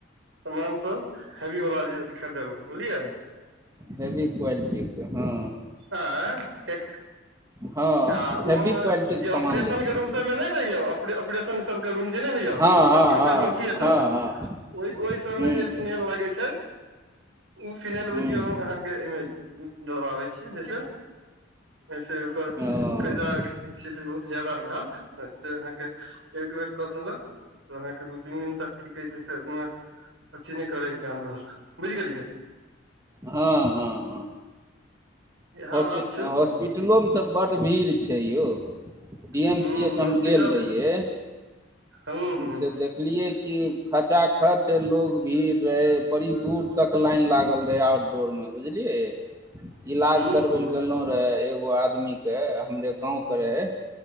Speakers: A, on the right; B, on the right.
A: समान सभ हेवी वला जे खरीदेलहुँ बुझलियै
B: हेवी क्वालिटीके हँ
A: आँ क
B: हँ
A: आ ओहो
B: हेवी
A: मे
B: क्वालिटीके
A: जे
B: सामान
A: ऑपरेशन
B: लै छियै
A: के रूम सब मे नहि रहयि ऑप ऑपरेशन क रूम जे नय होइय
B: हँ हँ
A: अथ ऑपरेशन
B: हँ
A: थिएटर
B: हँ हँ
A: ओई ओई सब
B: हुँ
A: मे जे फिनेल लगै छै ऊ फिनाल
B: हुँ
A: बुझियौ हम अहाँके एहिमे डलबाबै छियै जैसे अईसे ओकर
B: ओ
A: फायदा छै से बहुत जादा भेऽल से अहाँके एक बेर क देलक अहाँके दू तीन दिन तक की कहै छै सेह अथी नय करैके काम रहल बुझि गेलियै
B: हूं हूं हूं
A: इएह
B: हाॅस
A: बात छै
B: हाॅस पिटलो मे ते बड भीड़ छै यौ डी
A: हूँ
B: एम सी एच हम
A: हॉस्पिटल
B: गेल रहियै
A: हूँ हूँ
B: से देख देखलियै कि खचा खच लोग भीड़ रहै बड़ी दूर तक लाइन लागल रहै आओर रोर मे बुझलियै इलाज
A: हूँ
B: करबै लए गेलहु
A: हूँ
B: रहे एगो आदमीके हमरे गाँवके रहए